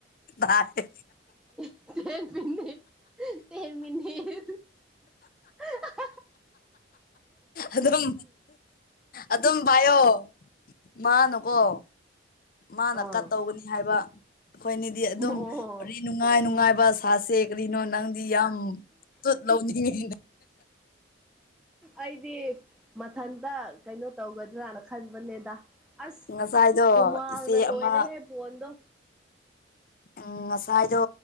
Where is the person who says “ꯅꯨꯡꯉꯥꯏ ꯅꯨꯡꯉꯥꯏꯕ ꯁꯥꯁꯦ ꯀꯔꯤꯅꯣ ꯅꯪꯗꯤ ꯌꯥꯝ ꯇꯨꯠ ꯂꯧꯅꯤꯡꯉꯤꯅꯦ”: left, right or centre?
Left